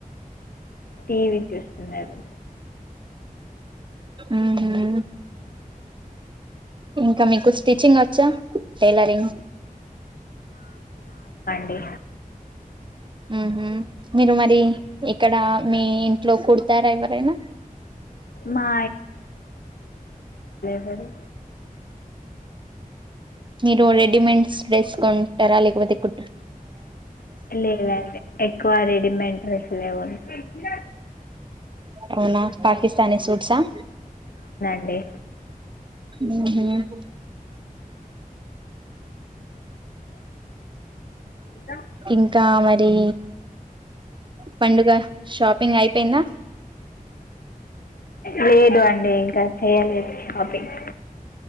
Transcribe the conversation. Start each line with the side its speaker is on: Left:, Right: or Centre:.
Left: టీవీ చూస్తున్నారు
Right: ఉమ్ ఇంకా మీకు స్టిచింగ్ వచ్చా టైలరింగ్
Left: డి
Right: ఉహూ మీరు మరి ఏక్కడ మీ ఇంట్లో కుడతారా ఎవరైనా
Left: మా స
Right: మీరు రెడిమెండ్స్ డ్రెస్ కొంటారా లేకపోతే కు
Left: లేదండి ఎక్కువ రెడీమేడ్ డ్రెస్సులు లేవ ఓయ్ చి
Right: అవునా పాకిస్తానీ సూట్స్ ఆ
Left: అండి
Right: ఉహుమ్
Left: అ
Right: ఇంకా మరి పండుగ షాప్ ప అయిపోయింద
Left: లేదు అండి ఇంకా చెయాలదు షాపింగ్